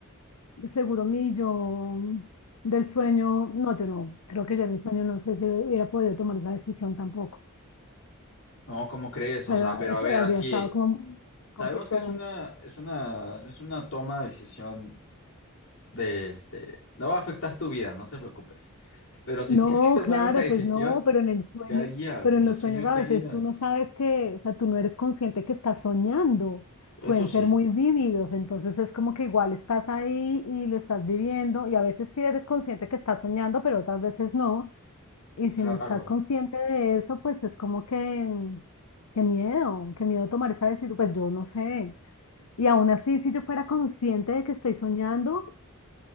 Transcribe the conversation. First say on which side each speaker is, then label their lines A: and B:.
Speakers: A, on the left; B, on the left.
A: seguro mi yo del sueño, no, yo no, creo que yo en el sueño no sé si hubiera podido tomar esa decisión tampoco.
B: No, ¿cómo crees? O
A: O sea,
B: sea, pero
A: es-
B: a ver,
A: habría
B: así,
A: estado como conflicto
B: sabemos que es una, es una, es una toma de decisión de, este, no va a afectar tu vida, no te preocupes. Pero si
A: No,
B: <laughs> tienes que tomar
A: claro,
B: una decisión,
A: pues no, pero en el sueño,
B: ¿qué harías?
A: pero
B: En
A: en
B: el
A: los
B: sueño,
A: sueños a
B: ¿qué
A: veces
B: harías?
A: tú no sabes que, o sea, tú no eres consciente que estás soñando,
B: Eso
A: pueden
B: sí,
A: ser muy vívidos, entonces es como que igual estás ahí y lo estás viviendo y a veces sí eres consciente que estás soñando, pero otras veces no, y si
B: claro.
A: no estás consciente de eso, pues es como que, mm, qué miedo, qué miedo tomar esa decisión, pues yo no sé, y aún así, si yo fuera consciente de que estoy soñando,